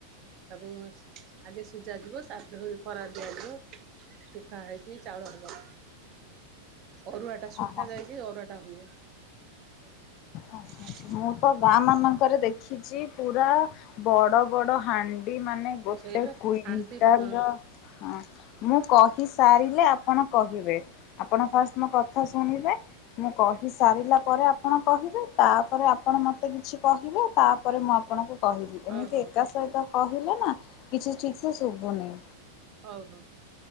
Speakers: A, on the right (about 35°); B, on the left (about 40°).
A: ତାକୁ ଆଗେ ସିଝ ଯିବ ତାପରେ ହଉ ଖରାରେ ଦିଆଯିବ। ଶୁଖା ହେଇକି ଚାଉଳ ହବ ଅରୁଆଟା ଶୁଖା
B: ଓହୋ
A: ଯାଇକି ଅରୁଆଟା ହୁଏ। <inaudible>
B: ଆଚ୍ଛା ମୁଁ ତ ଗାଁ ମାନଙ୍କରେ ଦେଖିଛି ପୁରା ବଡ଼ ବଡ଼ ହାଣ୍ଡି ମାନେ ଗୋଟେ
A: ସେଇପା
B: କୁଇଣ୍ଟାଲର
A: ହାଣ୍ଡିରେ ହଁ
B: ଅଁ ମୁଁ କହି ସାରିଲେ ଆପଣ କହିବେ ଆପଣ ଫାଷ୍ଟ ମୋ କଥା ଶୁଣିବେ ମୁଁ କହି ସାରିଲା ପରେ ଆପଣ କହିବେ ତା ତାପରେ ଆପଣ ମତେ କିଛି କହିବେ ତାପରେ ମୁଁ ଆପଣଙ୍କୁ କହିବି
A: ହଉ
B: ଏମିତି
A: ହଉ
B: ଏକା ସହିତ କହିଲେନା କିଛି ଠିକସେ ଶୁବୁନି।
A: ହଉ ହଉ।